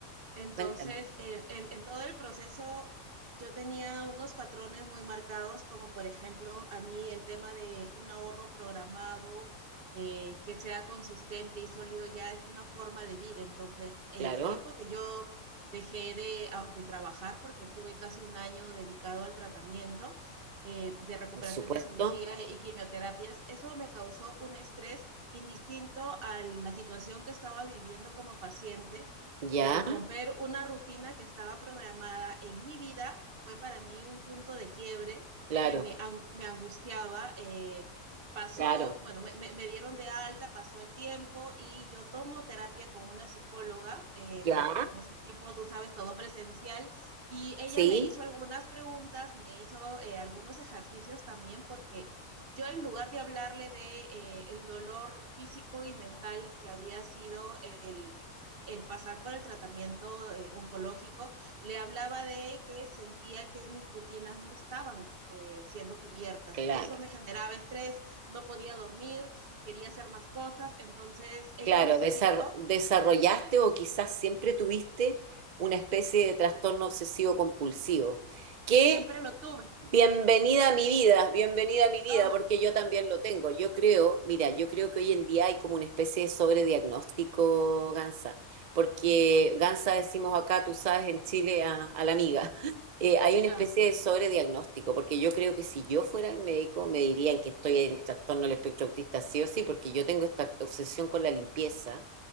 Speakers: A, on the right; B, on the right.
A: Entonces,
B: cuéntame,
A: eh, en, en todo el proceso yo tenía unos patrones muy marcados, como por ejemplo, a mí el tema de un ahorro programado eh, que sea consistente y sólido ya es una forma de vida. Entonces, el
B: claro,
A: tiempo que yo dejé de, a- de trabajar, porque tuve casi un año dedicado al tratamiento eh, de recuperación
B: por supuesto,
A: de cirugía y quimioterapias, eso me causó un estrés indistinto a la situación que estaba viviendo como paciente
B: ya,
A: el romper una rutina que estaba programada en mi vida fue para mí un punto de quiebre
B: claro,
A: que me, an- me angustiaba. Eh, pasó,
B: claro,
A: bueno, me, me, me dieron de alta, pasó el tiempo y yo tomo terapia con una psicóloga. Eh,
B: ya,
A: bueno, en ese tiempo, tú sabes, todo presencial. Y ella
B: sí.
A: me hizo algunas preguntas, me hizo eh, algunos ejercicios también porque yo en lugar de hablarle de eh, el dolor físico y mental que había sido el, el pasar por el tratamiento eh, oncológico, le hablaba de que sentía que mis rutinas no estaban eh, siendo cubiertas
B: Claro,
A: y eso me generaba estrés, no podía dormir, quería hacer más cosas, entonces ella
B: claro,
A: me
B: desar-
A: sugirió,
B: desarrollaste o quizás siempre tuviste una especie de trastorno obsesivo compulsivo, que
A: siempre lo tuve.
B: Bienvenida a mi vida, bienvenida a mi vida,
A: Oh,
B: porque yo también lo tengo. Yo creo, mira, yo creo que hoy en día hay como una especie de sobrediagnóstico, Gansa, porque Gansa decimos acá, tú sabes, en Chile a, a la amiga. <laughs> Eh, hay una
A: oh,
B: especie de sobrediagnóstico, porque yo creo que si yo fuera el médico me dirían que estoy en trastorno del espectro autista sí o sí, porque yo tengo esta obsesión con la limpieza